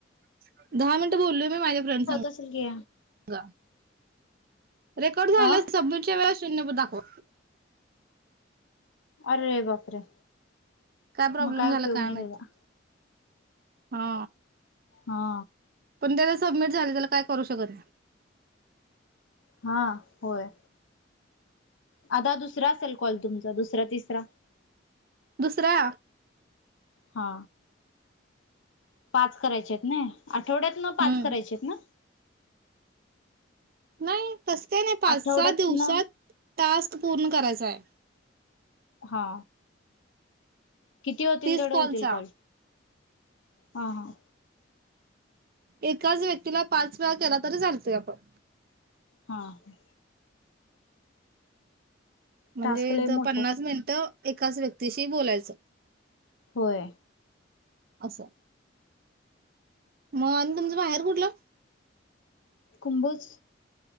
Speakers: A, on the right; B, on the left.
A: श <unintelligible> दहा मिनटं बोललोय मी माझ्या फ्रेंडस
B: असेल की
A: ह रेकॉर्ड झाला
B: अ
A: सबमिट वेळेस प दाखो
B: अरे बापरे
A: काय प्रॉब्लेम
B: मग
A: झाला
B: उपयोग
A: काय
B: नाही
A: माहिती
B: त्याचा
A: हा
B: हा
A: पण त्याला सबमिट झाले त्याला काय करू शकत
B: हा होय आता दुसरा असेल कॉल तुमचा दुसरा तिसरा
A: दुसरा
B: हा पाच करायचे आहेत ना आठवड्यात ना
A: हम्म
B: पाच करायचे आहेत ना
A: नाही तस काही नाही पाच
B: आठवड्यातन
A: सात दिवसात टास्क पूर्ण करायचं आहे
B: हा किती होतील
A: तीस
B: तेवढे
A: कॉलचा
B: होतील कॉल हा हा
A: एकाच व्यक्तीला पाच वेळा केला तरी चालतोय आपण
B: हा ह
A: म्हणजे
B: टास्क लय मोठा
A: ज पन्नास
B: आहे
A: मिनिटं एकाच व्यक्तीशी बोलायचं
B: होय
A: अससं मग आणि तुमचं बाहेर कुठलं
B: कुंभोज